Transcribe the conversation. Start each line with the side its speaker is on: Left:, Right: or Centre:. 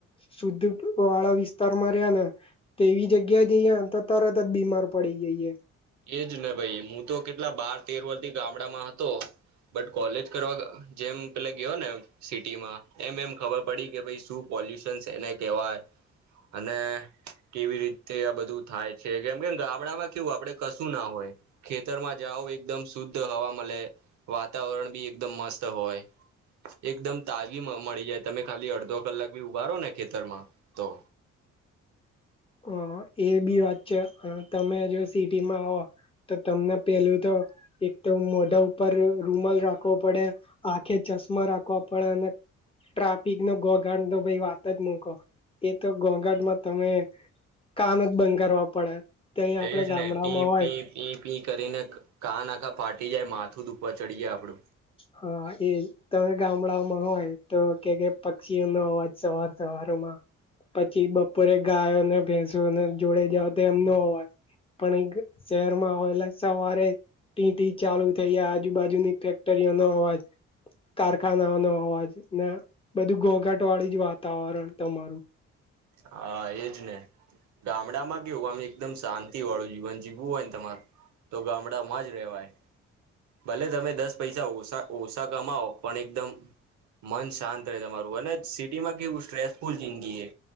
Left: સુદધ વાળા વિસ્તારમાં રહ્યા ને તેવી જ જગ્યા જઈએ તો તરત જ બીમાર પડી જઈે.
Right: એજ ને ભાઈ હું તો કેટલા બાર તેર વર્ થી ગામડામાં હતો. બટ કોલેજ કરવા જેમ પેલે ગયો ને સિટીમાં એમ એમ ખબર પડી કે શું પોલ્યુશન્સ એને કહેવાય. અને કેવી રીતે આ બધું થાય છે, કેમ કેમ ગામડામાં કેવું આપડે. કશું ના હોય ખેતરમાં જાઓ, એકદમ શુદ્ધ હવા મળે, વાતાવરણ બી એકદમ મસ્ત. હોય એકદમ તાગી મળી જાય. તમે ખાલી અડધો કલાક ભી ઉભારો ને ખેતરમાં તો
Left: અ એ બી વાત છે, તમે જો સિટીમાં આવો. તો તમને પેલું તો એક તો મોઢા ઉપર રૂમલ રાખવો, પડે આંખે ચશ્મા રાખવા પડે અને ટ્રાફિક નો ઘોઘાંટ નો ભાઈ વાત જ મૂકો, એ તો ઘોઘાટમાં તમે કામ જ બંધ કરવા પડે. ત્યાં આપડે
Right: એ જ
Left: ગામડામાં
Right: ને પી,
Left: હોય
Right: પી, પી, પી કરીને કાના આખાં ફાટી જાય માથું. બધું પચડીએ આપડું,
Left: હા એ તમે ગામડામાં હોય તો, કે કે પક્ષીઓ નો અવાજ સવાર સવાર પછી બપોરે ગાયોને ભેંસને જોડે જાવ તો એમનો અવાજ, પણ એ શહેરમાં હોયલા સવારે ટી ટી ચાલુ થઈ જાય. આજુબાજુની ફેક ફેક્ટરી નો અવાજ. કારખાનાઓ નો અવાજ ને બધું ઘોંઘાટ વાળી જ વાતાવરણ તમારું
Right: હા એજ ને ગામડામાં કેવું આમ એકદમ શાંતિ વાળું જીવન જીવું હોય ને તમારે, તો ગામડા માં જ રેવાય, ભલે તમે દસ પૈસા ઓછા ઓછા કમાવ પણ એકદમ મન શાંત રહે તમારું અને સિટીમાં કેવું સ્ટ્રેસફુલ જિંદગી એ